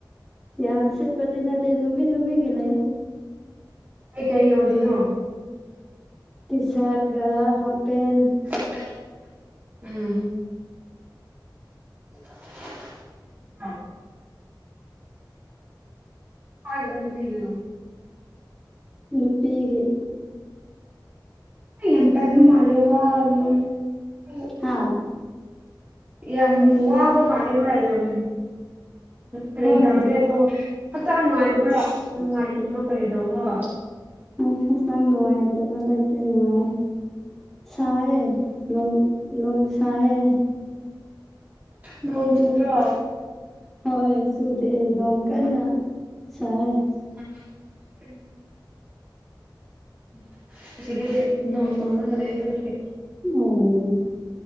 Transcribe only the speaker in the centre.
ꯌꯥꯝ ꯁꯤꯠꯄꯗꯤ ꯅꯠꯇꯦ ꯅꯨꯃꯤꯠ ꯅꯨꯃꯤꯠꯒꯤ ꯂꯩꯌꯦ
ꯇꯤꯁꯥꯠꯒꯥ ꯍꯥꯞꯄꯦꯟ
ꯅꯨꯄꯤꯒꯤ
ꯍꯥ
ꯍꯣꯏ
<inaudible> ꯍꯛꯆꯥꯡ ꯅꯨꯡꯉꯥꯏꯇꯕ ꯂꯩꯇꯦ ꯅꯨꯡꯉꯥꯏ ꯁꯥꯢꯌꯦ ꯅꯣꯡ ꯅꯣꯡ ꯁꯥꯢꯌꯦ
ꯍꯣꯏ ꯆꯨꯗꯦ ꯅꯣꯡ ꯀꯟꯅ ꯁꯥꯏꯌꯦ
<inaudible>